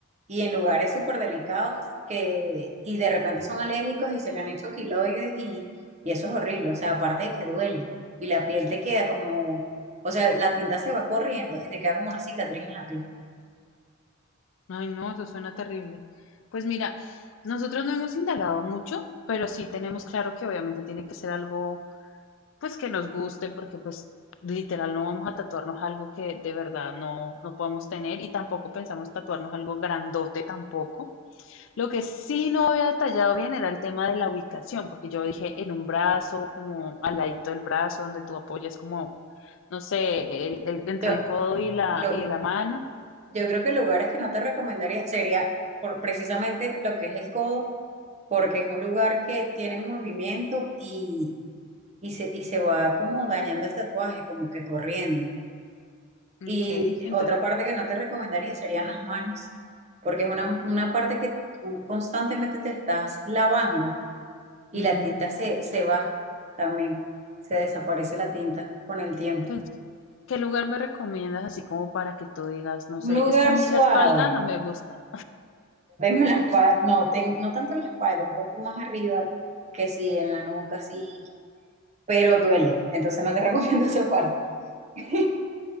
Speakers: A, on the right (about 35°); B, on the left (about 65°).
A: y en lugares súper delicados que, y de repente son alérgicos y se le han hecho quiloides y, y eso es horrible. O sea, aparte de que duele y la piel te queda como, o sea, la tinta se va corriendo y te queda como una cicatriz en la piel.
B: Ay, no, eso suena terrible. Pues mira, nosotros no hemos indagado mucho, pero sí tenemos claro que obviamente tiene que ser algo pues que nos guste porque pues literal no vamos a tatuarnos algo que de verdad no, no podamos tener y tampoco pensamos tatuarnos algo grandote tampoco. Lo que sí no había detallado bien era el tema de la ubicación, porque yo dije en un brazo, como al ladito del brazo, donde tú apoyas como, no sé, el, el- entre
A: Yo,
B: el codo y la,
A: lo,
B: y la mano.
A: yo creo que lugares que no te recomendaría sería por precisamente lo que es el codo porque es un lugar que tiene movimiento y, y, se, y se va como dañando el tatuaje, como que corriendo. Y
B: Ok, entre-
A: otra parte que no te recomendaría serían las manos, porque es una, una parte que tú constantemente te estás lavando y
B: mm,
A: la tinta se, se va también, se desaparece la tinta con el tiempo.
B: entonces, ¿qué lugar me recomiendas así como para que tú digas, no sé,
A: Un lugar
B: es que a mí
A: suave,
B: la espalda no me gusta?
A: tengo la espalda, no, ten- no tanto la espalda, un poco más arriba, que sí, en la nuca, sí, pero duele, entonces no te <laughs> recomiendo esa parte. <laughs>